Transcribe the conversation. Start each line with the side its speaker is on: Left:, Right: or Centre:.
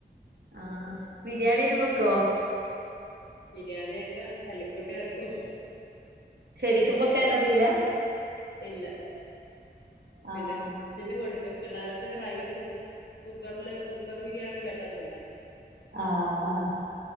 Right: ആഹ ബിരിയാണിയെല്ലാം വെക്കോ
Left: ബിരിയാണിയൊക്കെ തല്ലിക്കൂട്ടി വെക്കും
Right: ശരിക്കുമ്പൊക്കൊനറിയില്ല
Left: ഇല്ല <unintelligible> <unintelligible>
Right: ആഹ്
Left: കൊടുക്ക പിള്ളേർക്ക് റൈസ് കുക്കറില് കുക്കർ ബിരിയാണി പെട്ടെന്നുണ്ടാക്കി
Right: ആഹ